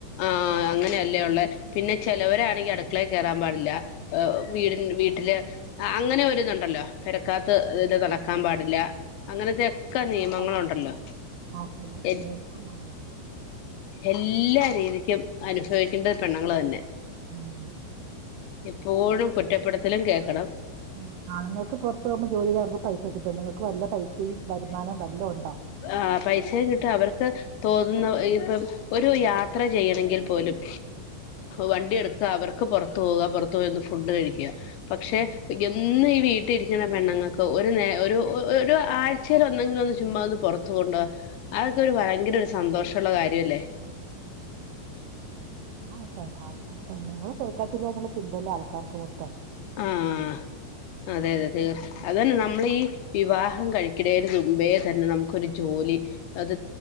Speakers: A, on the left; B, on the right.
A: ആഹ് അങ്ങനെയ അല്ലേ ഉള്ളെ പിന്നെ ചെിലവരാണെങ്കിൽ അടുക്കളേ കയറാൻ പാടില്ല വീടി വീട്ടില് അങ്ങനെ ഒരിതുണ്ടല്ലോ പെരക്കാത്ത്
B: ആഹ്
A: ഇത് നടക്ക ക്കാൻ പാടില്ല അങ്ങനത്തെക്കെ നിയമങ്ങളുണ്ടല്ലോ
B: ആഹ് ആഹ്
A: എ
B: ചിലർക്കുണ്ടാവും
A: എല്ലാ രീതിക്കും അനുഭവിക്കേണ്ട പെണ്ണുങ്ങള് തന്നെ
B: ഉം
A: എപ്പോഴും കുറ്റപ്പെടുത്തലും കേൾക്കണം
B: ഉം ആണുങ്ങൾക്ക് പുറത്ത പോകുമ്പോ ജോലിക്കാർക്ക് പൈസ കിട്ടും നിങ്ങൾക്ക് വല്ല പൈസയും വരുമാനവും വല്ല ഉണ്ടോ
A: ആഹ് പൈസയും കിട്ടും അവർക്ക് തോന്നുന്ന ഇപ്പം ഒരു യാത്ര ചെയ്യണെങ്കിൽ പോലും വണ്ടി എടുക്കുക അവർക്ക് പുറത്തു പോക പുറത്തു പോയി ഫുഡ് കഴിക്കുക പക്ഷെ
B: ഉം
A: എന്നും ഈ വീട്ടിലരിക്കുന്ന പെണ്ണുങ്ങൾക്ക് ഒരു നേ ഒരു ആഴ്ചയിൽ ഒന്നെങ്കിലും ഒന്ന് ചചുമ്മാ ഒന്ന് പുറത്തു കൊണ്ട് പോവുക അതൊക്കെ ഒരു ഭയങ്കര ഒരു സന്തോഷള്ള കാര്യല്ലേ
B: ഉം ആണ്. ആ പെണ്ങ്ങള് പേരക്കാക്കക്കാത്തിരിന്നുള്ള ചിന്തയല്ലേ ആൾക്കാർക്ക് മൊത്തം.
A: ആഹ് അതെ അതെ തീർച്ചയ അത തന്നെ നമ്മളീ വിവാഹം കഴിക്കണെന്റെ മുമ്പേ തന്നെ നമുക്കൊരു ജോലി അത്